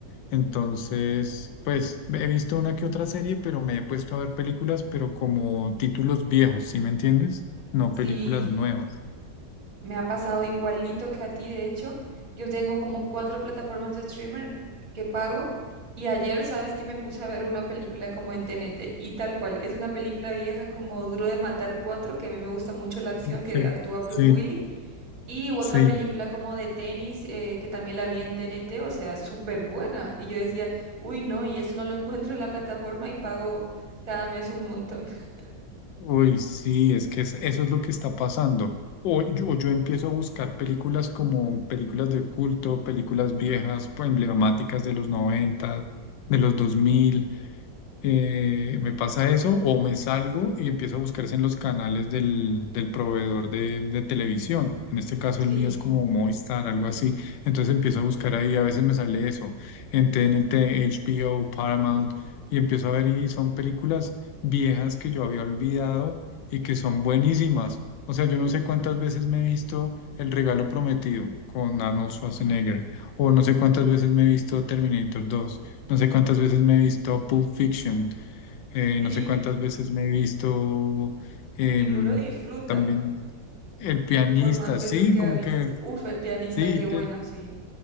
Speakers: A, on the left (about 85°); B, on the right (about 50°).
A: Entonces, pues he visto una que otra serie, pero me he puesto a ver películas, pero como títulos viejos, ¿sí me entiendes? No
B: sí,
A: películas nuevas.
B: me ha pasado igualito que a ti, de hecho. Yo tengo como cuatro plataformas de streamer que pago y ayer, ¿sabes que Me puse a ver una película como en TNT y tal cual. Es una película vieja como Duro de Matar cuatro que a mí me gusta mucho la acción que
A: Sí,
B: actúa Bruce
A: sí,
B: Willis Y otra
A: sí.
B: película como de tenis eh, que también la vi en T N T, o sea, súper buena. Y yo decía, uy, no, y eso no lo <laughs> encuentro en la plataforma y pago cada mes un montón. <laughs>
A: Uy, sí, es que es- eso es lo que está pasando. O yo, o yo empiezo a buscar películas como películas de culto, películas viejas, pues, emblemáticas de los noventa de los dos mil eh, me pasa eso o me salgo y empiezo a buscarse en los canales del, del proveedor de, de televisión. En este caso
B: Sí,
A: el mío es como Movistar, algo así. Entonces empiezo a buscar ahí, a veces me sale eso, en TNT, HBO, Paramount, y empiezo a ver y son películas viejas que yo había olvidado y que son buenísimas. O sea, yo no sé cuántas veces me he visto El Regalo Prometido con Arnold Schwarzenegger, o no sé cuántas veces me he visto Terminator dos no sé cuántas veces me he visto Pulp Fiction, eh,
B: sí.
A: no sé cuántas veces me he visto em,
B: Y uno lo disfruta
A: también El Pianista,
B: por más veces
A: sí,
B: que
A: como
B: ha visto.
A: que
B: Uf, el pianista,
A: sí,
B: qué buena,
A: te-
B: sí.